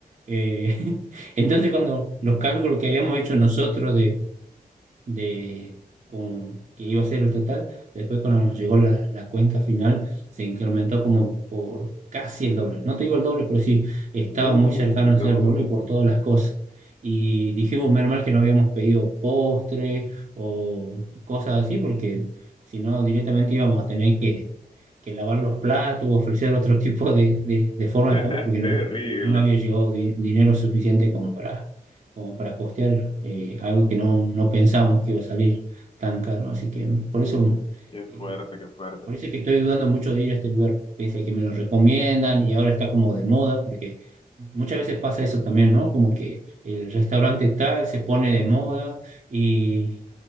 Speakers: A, on the right (about 50°); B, on the left (about 35°).
A: Eh, <laughs> entonces, cuando los cálculos que habíamos hecho nosotros de de con- que iba a ser el total. Después cuando nos llegó la, la cuenta final, se incrementó como por casi el doble. No te digo el doble, pero sí, estaba
B: Uy,
A: muy cercano de
B: no,
A: ser el doble
B: no.
A: por todas las cosas. Y dijimos, menos mal que no habíamos pedido postre o cosas así, porque si no, directamente íbamos a tener que que lavar los platos, ofrecer otro tipo de, de, de forma
B: <laughs>
A: de pago, porque no,
B: Terrible.
A: ninguno había llevado di- dinero suficiente como para, como para costear eh, algo que no, no pensamos que iba a salir tan caro. Así que por eso
B: Qué fuerte,
A: eh,
B: qué fuerte.
A: por eso es que estoy dudando mucho de ir a este lugar, pese a que me lo recomiendan y ahora está como de moda, porque muchas veces pasa eso también, ¿no? Como que el restaurante tal se pone de moda y,